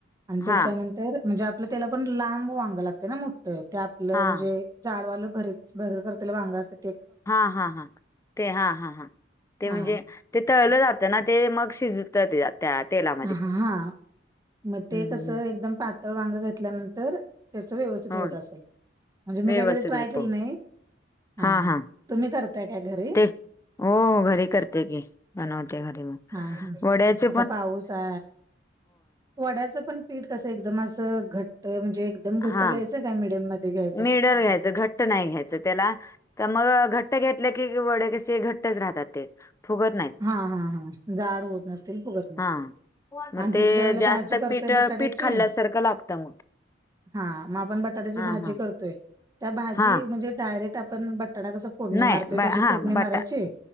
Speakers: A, on the right; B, on the left.
A: आणि
B: हां,
A: त्याच्यानंतर म्हणजे आपलं त्याला पण लांब वांग लागते ना मोठं ते आपलं
B: हां.
A: म्हणजे जाडवालं भरत भर करतील भांगा असत
B: हा हा हा ते हा हा हा ते
A: हा
B: म्हणजे ते तळलं जात त्यांना ते मग शिजत तेयात त्या तेला.
A: हा मग ते कसं
B: हं, हं.
A: एकदम पातळ वांग घेतल्यानंतर त्याच व्यवस्थित
B: होय,
A: होत असेल, म्हणजे मी
B: व्यवस्थित
A: काय कधी ट्राय
B: होतो.
A: केलं नाही. हा
B: हां, हां.
A: तुम्ही करताय काय घरी?
B: ते हो घरी करते की बनवते घरी मी,
A: हा हा
B: वड्याच.
A: आता पाऊस हा, वड्याच पण पीठ कसं एकदमचं अस घट्ट म्हणजे एकदम
B: हा
A: घट्ट घ्यायचं काय मिडियम मध्ये घ्यायच.
B: मिडल घ्यायचं घट ट्ट नाही घ्यायच त्याला तर मग घट्ट घेतलं की वडे कसे घट्टच राहतात ते. फुगत नाही.
A: हा हा हा जाड होत नसतील, फुगत नसतील.
B: हा. मग
A: आणि त्याची
B: ते
A: ज्या वेळेला
B: जास्त
A: भाजी करतोय
B: पीठ,
A: बटाट्याची
B: पीठ खाल्ल्यासारखं लागतं.
A: हा मग आपण बटाट्याची
B: हा
A: भाजी
B: हा.
A: करतोय त्या भाजी
B: हा
A: म्हणजे डायरेक्ट आपण बटाटा कस फोडणी
B: नाही
A: मारतोय
B: ब
A: तशी
B: हा
A: फोडणी
B: बटा
A: मारायची.